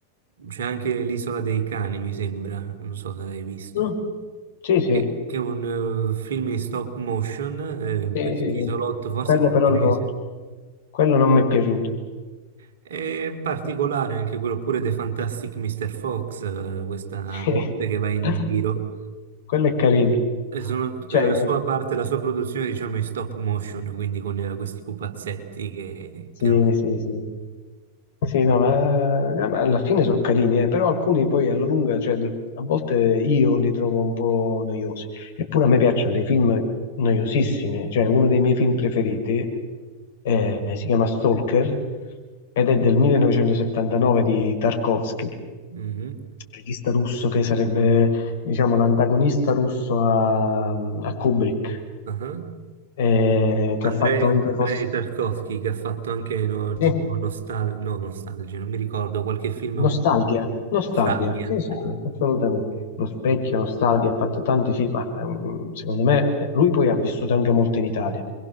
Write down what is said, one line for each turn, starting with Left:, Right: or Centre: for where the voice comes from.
Right: c'è anche L'Isola dei Cani, mi sembra. Non so se l'hai visto.
Left: Mm, Sì, sì,
Right: Che che è un eh, film in stop motion, eh, in
Left: sì,
Right: quest'isolotto,
Left: sì, sì.
Right: forse
Left: Quello
Right: giapponese.
Left: però no, quello non mi è piaciuto.
Right: È particolare anche quello pure The Fantastic Mr. Fox, eh, questa
Left: <laughs>
Right: volpe che va in giro.
Left: Quello è carino.
Right: E sono-
Left: Cioè,
Right: e la sua parte, la sua produzione, diciamo, in stop motion, quindi con eh, questi pupazzetti che,
Left: sì,
Right: che no.
Left: sì, sì. Sì, no, ma eh, ma alla fine sono carini, eh, però alcuni poi alla lunga, cioè, a volte io li trovo un po' noiosi. Eppure a me piacciono dei film noiosissimi, cioè uno dei miei film preferiti eh, si chiama Stalker ed è del 1979 di Tarkovsky,
Right: Mhm.
Left: regista russo che sarebbe, diciamo, l'antagonista russo a, a Kubrick,
Right: Ah.
Left: eh, che
Right: Andrei,
Left: ha fatto anche
Right: Andrei
Left: forse...
Right: Tarkovsky che ha fatto anche no, tipo
Left: Sì.
Right: nostal no, Nostalgia, non mi ricordo, qualche film
Left: Nostalgia,
Right: molto bello.
Left: nostalgia,
Right: Nostalgia.
Left: sì, sì, sì, assolutamente. Lo specchio, nostalgia, ha fatto tanti film, ma ehm, secondo me eh, lui poi ha vissuto anche molto in Italia,